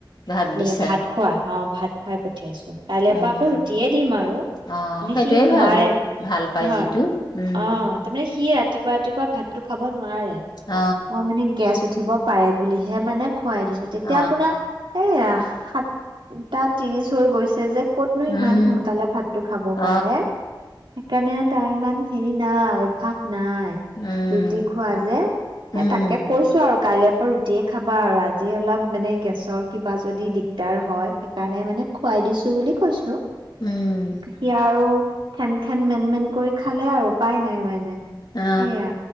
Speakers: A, on the left; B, on the right.
A: ভাত দিছা
B: মানে ভাত খোৱা অ ভাত খুৱাই পা পঠিয়াইছো কাইলৈৰ
A: উম
B: পৰা আকৌ ৰুটিয়ে দিম আৰু
A: অ
B: মানে
A: সেইটোয়ে
B: সি নোৱাৰে
A: ভাল ভাল পাই
B: হয়
A: যিটো উম
B: অ তাৰমানে সি ৰাতি ৰাতিপুৱ ৰাতিপুৱা ভাতটো খাব নোৱাৰে
A: অ
B: মই মানে গেছ উ উঠিব পাৰে বুলিহে মানে খুৱাই দিছো তেতিয়া
A: অ
B: আপোনাৰ এইয়া সাতটা ত্ৰিশ হৈ গৈছে যে ক'তনো
A: উম
B: ইমান সোনকালে ভাতটো খাব
A: অ
B: পাৰে। সেইকাৰণে তাৰ ইমান হেৰি নাই অভ্যাস নাই,
A: উম
B: ৰুটি খোৱা যে,
A: উম
B: এ তাকে কৈছো আৰু কাইলৈ <unintelligible> ৰাতিয়ে খাবা আৰু আজি অলপ মানে গেছৰ কিবা যদি দিগদাৰ হয়, সেইকাৰণে মানে খুৱাই দিছো বুলি কৈছো।
A: উম
B: সি আৰু ঠেন ঠেন মেন মেন কৰি খালে আৰু উপাই নাই মাই নাই
A: অ
B: সেয়া